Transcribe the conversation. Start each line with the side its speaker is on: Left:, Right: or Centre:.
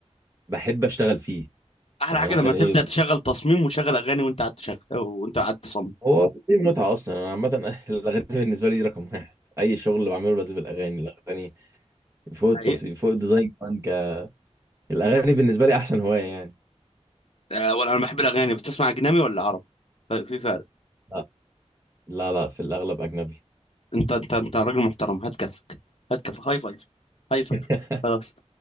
Right: بحب أشتغل فيه
Left: احلى
Right: يعني
Left: حاجه
Right: مثلا
Left: لما تبدا
Right: إيه
Left: تشغل تصميم وتشغل اغاني وانت قاعد تشغل وانت قاعد تصمم
Right: هو في متعة أصلا أنا عامة <laughs> الأغاني بالنسبة لي دي رقم واحد أي شغل بعمله لازم الأغاني الأغاني فوق التصوير
Left: حقيقه
Right: فوق الديزاين كمان ك... الأغاني بالنسبة لي أحسن هواية يعني
Left: أه ولا انا بحب الاغاني بتسمع اجنبي ولا عربي ف- في فرق
Right: لا لا لا في الأغلب أجنبي
Left: انت انت انت راجل محترم هات كفك هات كفك هاي فايف هاي فايف
Right: <laughs>
Left: خلاص